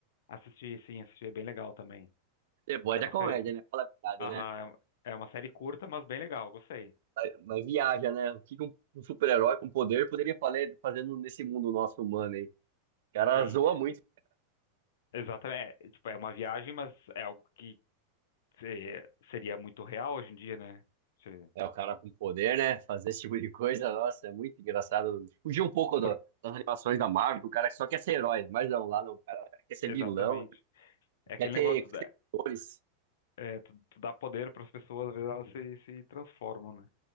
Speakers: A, on the left (about 75°); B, on the right (about 70°).
A: Assisti, sim, assisti, é bem legal também.
B: The Boys
A: É
B: é
A: uma
B: comédia,
A: série.
B: né? Fala a verdade,
A: Aham,
B: né?
A: é é uma série curta, mas bem legal, gostei.
B: Mas, mas viaja, né? O que que um, um super-herói com poder poderia fale- fazer, fazendo nesse mundo nosso humano aí? O cara
A: Sim,
B: zoa muito.
A: exatamente. É, é, tipo, é uma viagem, mas é algo que se- seria muito real hoje em dia, né? Se-
B: É, o cara com poder, né? Fazer esse tipo de coisa, nossa, é muito engraçado. Fugir um pouco da-
A: por,
B: das animações da Marvel, que o cara só quer ser herói, mas não, lá não, cara, o cara quer ser
A: exatamente.
B: vilão,
A: É aquele
B: quer ter
A: negócio da,
B: cores.
A: é, tu, tu dá poder para as pessoas, às vezes elas se, se transformam, né?